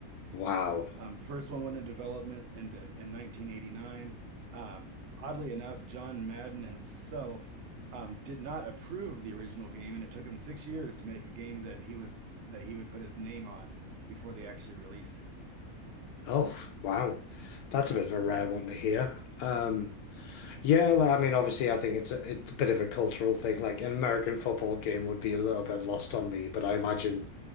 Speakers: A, on the left; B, on the right.
A: Wow.
B: Um, first one went into development in in 1989. Um, oddly enough, John Madden himself um, did not approve of the original game, and it took him six years to make a game that he was that he would put his name on before they actually released it.
A: Oh, wow. That's a bit of a rare one to hear. Um, yeah, like, I mean, obviously, I think it's a, it's a bit of a cultural thing. Like an American football game would be a little bit lost on me, but I imagine